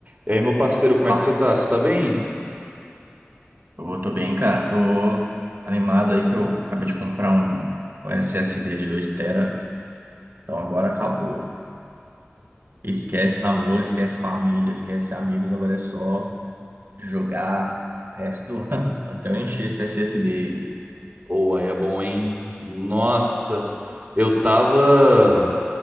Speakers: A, on the right; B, on the right.
A: E aí, meu parceiro, como
B: Tá,
A: é que você tá? Você tá bem?
B: tô, tô bem, cara. Tô animado aí que eu acabei de comprar um, um SSD de dois TB. Então agora acabou. Esquece namoro, esquece família, esquece amigos. Agora é só jogar o resto do <laughs> ano. Até eu encher esse SSD aí.
A: Ou aí é bom, hein? Nossa, eu tava.